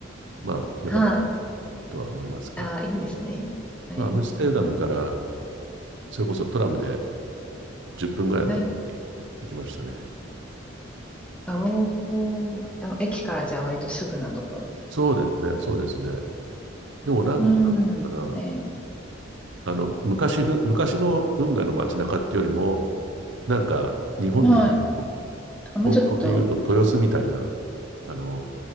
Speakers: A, on the right; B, in the centre.
A: まあ、よかった
B: はい。
A: とは思いますが、
B: ああ、いいですね。えー、
A: まあ、アムステルダムから、それこそトラムで10分ぐらいのところに行きましたね。
B: はい。あおあ、駅からじゃあ割とすぐなところです。
A: そうですね、そうですね。でもなん、
B: うん。
A: なんていうのか
B: え
A: な、あの、昔ふ、昔の運河の街中っていうよりも、なんか、日本で言うと、
B: ー、はい。あもうちょっと、
A: 東京で言うと豊洲みたいな、あの、